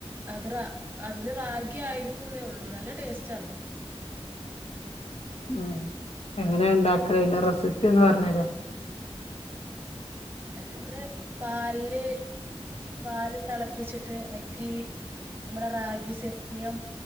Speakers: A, on the right; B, on the left.
A: അത് റ അതിന് റാഗി ആയിരിക്കുന്നേ ഉള്ളു നല്ല ടേസ്റ്റ് ആണ്
B: ഉ എങ്ങനെയ ഉണ്ടാക്കല് അതിന്റെ റെസിപ്പി ഒന്ന് പറഞ്ഞ് തരോ
A: അത് നമ്മള് പല് പാല് തിളപ്പിച്ചിട്ട് അക്കി നമ്മളെ റാഗി സേമിയം